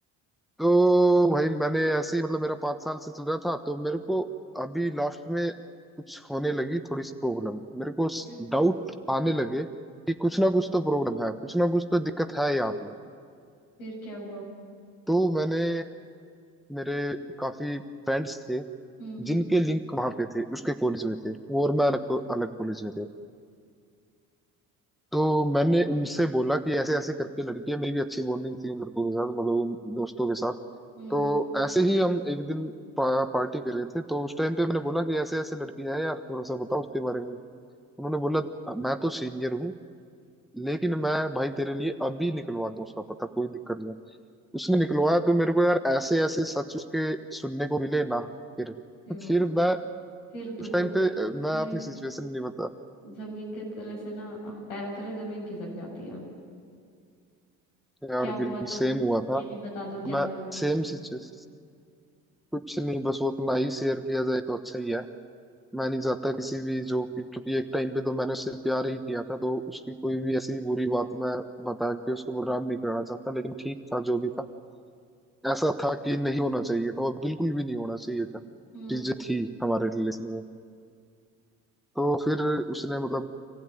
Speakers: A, in the centre; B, on the left.
A: तो भाई मैंने ऐसे ही मतलब मेरा पाँच साल से चल रहा था तो मेरे को अभी लास्ट में कुछ होने लगी थोड़ी सी प्रॉब्लम मेरे को
B: फिर
A: डाउट आने लगे कि कुछ ना कुछ तो प्रॉब्लम है कुछ ना कुछ तो दिक्कत है यहाँ पे
B: फिर क्या हुआ
A: तो मैंने मेरे काफी फ्रेंड्स थे
B: हम्म हम्म
A: जिनके लिंक वहां पे थे उसके कॉलेज में थे वो और मैं अलग अलग कॉलेज में थे तो मैंने उनसे बोला कि ऐसे ऐसे करके लड़की है मेरी भी अच्छी बॉन्डिंग थी उन लड़कों के साथ मतलब उन दोस्तों के साथ
B: हम्म
A: तो
B: हम्म
A: ऐसे ही हम एक दिन पा, पार्टी कर रहे थे तो उस टाइम पे मैंने बोला कि ऐसे ऐसे लड़की है यार थोड़ा सा बताओ उसके बारे में उन्होंने बोला मैं तो सीनियर हूँ लेकिन मैं भाई तेरे लिए अभी निकलवा दूँ उसका पता कोई दिक्कत नहीं है।" उसने निकलवाया तो मेरे को यार ऐसे ऐसे सच उसके सुनने को मिले ना फिर
B: हे बाबा
A: फिर मैं
B: फिर दुख
A: उस टाइम
B: होता
A: पे
B: है
A: अ, मैं
B: फिर
A: अपनी सिचुएशन नहीं बता
B: जमीन के तले से ना आह, पैरों तले जमीन खिसक जाती है
A: यार
B: क्या हुआ
A: बिल्कुल
B: था
A: सेम हुआ
B: अब
A: था
B: ये भी बता दो क्या हुआ
A: मैं
B: था
A: सेम सिचुएशन कुछ नहीं बस वो अपना ही शेयर किया जाए तो अच्छा ही है मैं नहीं चाहता किसी भी जो कि क्योंकि एक टाइम पे तो मैंने उससे प्यार ही किया था तो उसकी कोई भी ऐसी बुरी बात मैं बता के उसको बदनाम नहीं करना चाहता लेकिन ठीक था जो भी था ऐसा था कि नहीं होना चाहिए था और बिल्कुल भी नहीं होना चाहिए था
B: हम्म
A: चीजें थी हमारे रिलेशन में तो फिर उसने मतलब